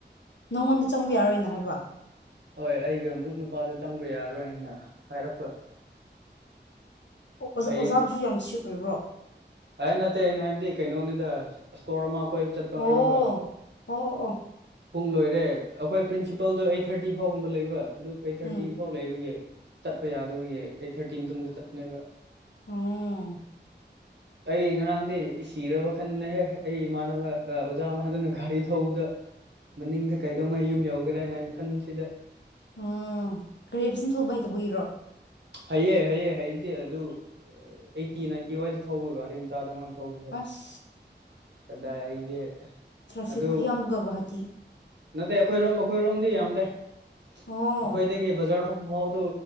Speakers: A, on the left; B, on the right.
A: ꯅꯪꯉꯣꯟꯗ ꯆꯪꯕ ꯌꯥꯔꯣꯏꯅ ꯍꯥꯏꯕ
B: ꯍꯣꯏ ꯑꯩꯒ ꯃꯔꯨꯞ ꯅꯨꯄꯥꯗ ꯆꯪꯕ ꯌꯥꯔꯣꯏꯅ ꯍꯥꯏꯔꯛꯄ
A: ꯑꯣꯖꯥ
B: ꯍꯌꯦꯡ
A: ꯑꯣꯖꯥꯕꯨꯁꯨ ꯌꯥꯝ ꯁꯋꯤꯠ ꯑꯣꯏꯕ꯭ꯔꯣ
B: ꯑꯩ ꯅꯠꯇꯦ ꯑꯩꯅ ꯍꯥꯏꯕꯗꯤ ꯀꯩꯅꯣꯅꯤꯗ ꯏꯁꯇꯣꯔ ꯑꯃ ꯀꯣꯏꯕ ꯆꯠꯄ
A: ꯑꯣ
B: ꯉꯔꯥꯡꯗ
A: ꯑꯣ ꯑꯣ ꯑꯣ
B: ꯄꯨꯡ ꯂꯣꯏꯔꯦ ꯑꯩꯈꯣꯏ ꯄ꯭ꯔꯤꯟꯁꯤꯄꯜꯗꯣ ꯑꯩꯠ ꯊꯥꯔꯇꯤ ꯐꯥꯎꯒꯨꯝꯕ ꯂꯩꯕ ꯑꯗꯨ ꯑꯩꯠ ꯊꯥꯔꯇꯤ
A: ꯎꯝ
B: ꯐꯥꯎ ꯂꯩꯕꯒꯤ ꯆꯠꯄ ꯌꯥꯗꯕꯒꯤ ꯑꯩꯠ ꯊꯥꯔꯇꯤ ꯃꯇꯨꯡꯗ ꯆꯠꯄꯅꯦꯕ
A: ꯑꯝ
B: ꯑꯩ ꯉꯔꯥꯡꯗꯤ ꯁꯤꯔꯕ ꯈꯟꯅꯍꯦꯛ ꯑꯩ ꯏꯃꯥꯟꯅꯕ ꯑꯣꯖꯥ ꯃꯥꯟꯅꯅ ꯒꯥꯔꯤ ꯊꯧꯕꯗ ꯃꯅꯤꯡꯗ ꯀꯩꯗꯧꯉꯥꯏ ꯌꯨꯝ ꯌꯧꯈ꯭ꯔꯦꯅ ꯍꯥꯏꯅ ꯈꯟꯕꯁꯤꯗ
A: ꯎꯝ ꯀꯔꯦꯞ ꯁꯤꯟ ꯊꯧꯕ ꯍꯥꯏꯗꯕꯨ ꯏꯔꯣ
B: ꯍꯩꯌꯦ ꯍꯥꯏꯑ ꯍꯥꯏꯨꯗꯤ ꯑꯗꯨ ꯑꯩꯠꯇꯤ ꯅꯥꯏꯟꯇꯤ ꯋꯥꯏꯗ ꯊꯧꯕꯒ ꯒꯔꯤ ꯃꯆꯥꯗꯣ ꯊꯧꯁꯦ
A: ꯑꯁ
B: ꯀꯗꯥꯏ ꯑꯩꯗꯤ
A: ꯇ꯭ꯔꯥꯐꯤꯛꯁꯨ
B: ꯑꯗꯨ
A: ꯈꯨꯌꯥꯝꯗꯨꯒ ꯒꯨꯍꯥꯇꯤ
B: ꯅꯠꯇꯦ ꯑꯩꯈꯣꯏꯔꯣꯝ ꯑꯩꯈꯣꯏꯔꯣꯝꯗꯤ ꯌꯥꯝꯗꯦ ꯑꯩꯈꯣꯏꯗꯒꯤ
A: ꯑꯣ
B: ꯕꯖꯥꯔ ꯊꯣꯛꯄ ꯐꯥꯎꯗꯨ